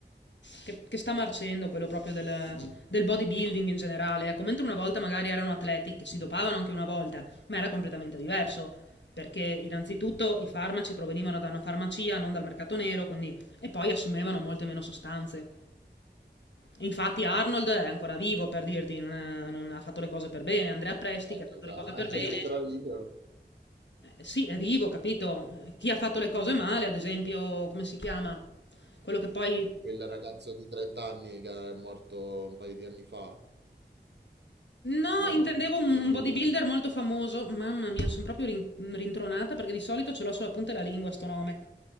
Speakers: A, on the left (about 80°); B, on the right (about 70°).
A: che, che sta marcendo, quello proprio del, del bodybuilding in generale. Ecco, mentre una volta magari erano atleti che si dopavano anche una volta, ma era completamente diverso. Perché innanzitutto i farmaci provenivano da una farmacia, non dal mercato nero, quindi... e poi assumevano molte meno sostanze. Infatti Arnold è ancora vivo, per dirti, non, è- non ha fatto le cose per bene. Andrea Presti,
B: Eh,
A: che ha fatto
B: esatto,
A: le cose per
B: <laughs>
A: bene,
B: è un altro video.
A: eh, sì, è vivo, capito? Eh, Chi ha fatto le cose male, ad esempio, come si chiama? Quello che poi...
B: Quel ragazzo di 30 anni che è morto un paio di anni fa.
A: No,
B: No?
A: intendevo un,
B: Non
A: un
B: lui?
A: bodybuilder molto famoso. Mamma mia, sono proprio rin- rintronata perché di solito ce l'ho sulla punta della lingua sto nome.